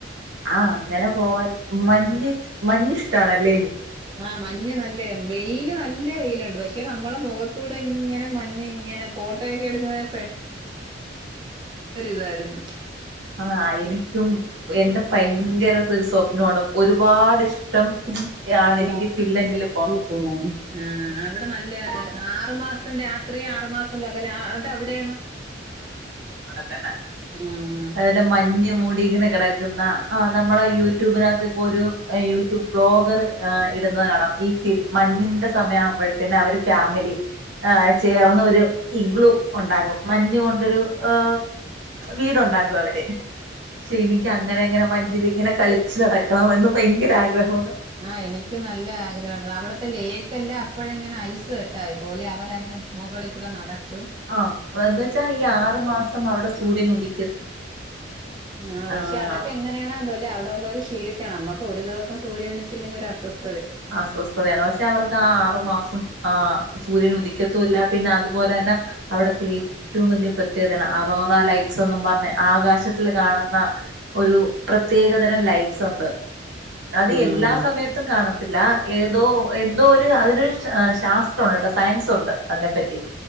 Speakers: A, on the right; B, on the right.
A: ആഹ് <unintelligible> പോവാൻ മഞ്ഞ് മഞ്ഞ് <unintelligible>
B: ആ മഞ്ഞ് നല്ല വെയില് നല്ല വെയിലുണ്ട് പക്ഷെ നമ്മളെ മുഖത്തൂടെ ഇങ്ങനെ മഞ്ഞ് ഇങ്ങനെ ഫോട്ടോയൊക്കെ എടുക്കുന്ന നേര ഇതായിരുന്നു
A: ആഹ് എനിക്കും എന്റെ ഭയങ്കര ഒരു സ്വപ്നവാണ് ഒരുപാട് ഇഷ്ടം
B: <unintelligible>
A: ആണ് എനിക്ക് ഫിൻലൻഡില്
B: പോവാന് ആഹ് ഇവിടെ നല്ലയൊരു ആറുമാസ <unintelligible> രാത്രി ആറു മാസം <unintelligible> അതവിടെയാണ്
A: <unintelligible>
B: ഉം
A: അതിലെ മഞ് മഞ്ഞ് മൂടി ഇങ്ങനെ കിടക്കുന്ന ആഹ് നമ്മുടെ യൂട്യൂബിനകത്ത് ഇപ്പോ ഏഹ് ഒരു യൂട്യൂബ് ബ്ലോഗർ ഏഹ് ഇടുന്നത് കാണാം ഈ മഞ്ഞിന്റെ സമയം ആവുമ്പോഴത്തന്നെ അവര് ഫാമിലി ഏഹ് ചേർന്ന് ഒരു ഇഗ്ലു ഉണ്ടാകും മഞ്ഞ കൊണ്ടൊരു ഏഹ് വീടുണ്ടാകും അവര് ശെരിക്ക് അങ്ങനെ അങ്ങനെ മഞ്ഞിലിങ്ങനെ കളിച്ച് നടക്കണം എന്ന് ഭയങ്കര ആഗ്രഹു
B: ആ എനിക്ക് നല്ല ആഗ്രഹണ്ട് അവിടത്തെ ലേയ്ക്കെല്ലാം ഇപ്പോഴങ്ങെനെ ഐസ് <unintelligible> പോലെ അവൻ അതിൻ്റെ മുകളിൽ കൂടെ നടക്ക-
A: ആ വരുന്നുച്ചാ ഈ ആറു മാസം പ്പന്നവടെ സൂര്യനുദിക്
B: ആ പക്ഷെ
A: ആഹ്
B: അതൊക്കെ എങ്ങനെയാണ് <unintelligible> അവിടുള്ളർ ശീലിച്ചാണ് അമ്മക്ക് ഒരു ദിവസം സൂര്യനിച്ചില്ലെങ്കി ഒരു അസ്വസ്
A: അസ്വസ്ഥതയാണ് പക്ഷെ അവർക്ക് ആ ആറു മാസം ആ സൂര്യൻ ഉദിക്കത്തും ഇല്ല പിന്നെ അതുപോലെ ന്നെ അവിടത്തെ ഏറ്റവും വലിയ പ്രത്യേകത അറോറ ലൈറ്റ്സ് എന്നും പറ ലെ ആകാശത്തില് കാണുന്ന ഒരു പ്രത്യേകതരം ലൈറ്റ്സ് ഉണ്ട് അത്
B: ഉം
A: എല്ലാ സമയത്തും കാണ ല്ലാ ഏ ന്തോ എന്തോ ഒരു അതിനൊ ശാ ശാസ്ത്രം ഉണ്ട്ട്ടോ സയൻസ് ഉണ്ട് അതിനെപ്പറ്റി